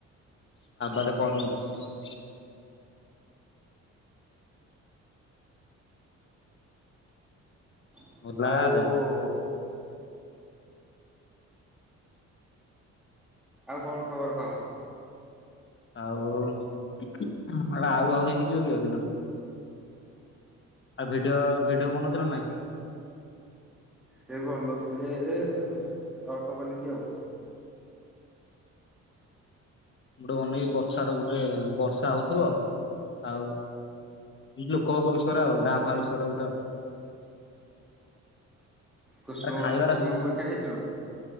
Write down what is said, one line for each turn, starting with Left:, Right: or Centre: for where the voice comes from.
Left: <unintelligible> କରନି।
Centre: ଆଉ
Left: ଗଲା ଯା
Centre: ଆଉ କଣ ଖବର କହ?
Left: ଆଉ ଆର ଆଉ-ଆଉ ହେଇକି ଯିବ କି ଆଉ ଦିନଟା। ଆଉ ଭିଡିଓ-ଭିଡିଓ ବନଉଛୁ ନା ନାଇଁ?
Centre: ସେ ବନଉଥିଲି ଯେ ଅଳ୍ପ ବନେଇଛି ଆଉ।
Left: ଗୋଟେ ବନେଇବି ବର୍ଷ ର ଗୋଟେ ବର୍ଷା ହଉଥିବ ଆଉ ଏ ଯୋଉ କପ୍ ବିଷୟରେ ଆଉ ଗାଁ ଫାଁ ବିଷୟରେ ଗୋଟେ
Centre: କୁସୁମ-କୁସୁମକୁରୀ
Left: ଆରେ ଖାଇବାର
Centre: ଖାଇ ଦେଇଥିଲୁ?